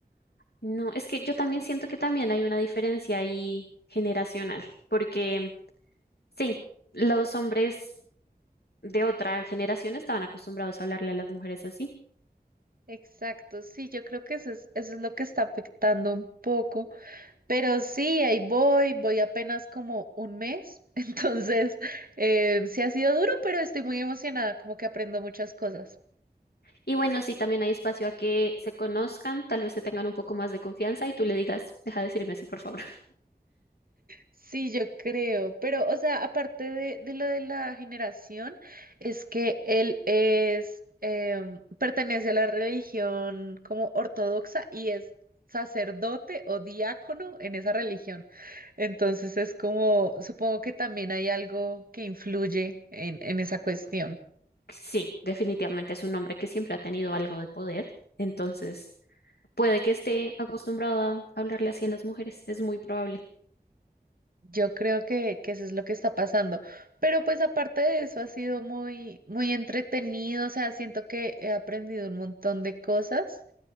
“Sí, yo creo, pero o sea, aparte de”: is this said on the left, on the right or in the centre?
Right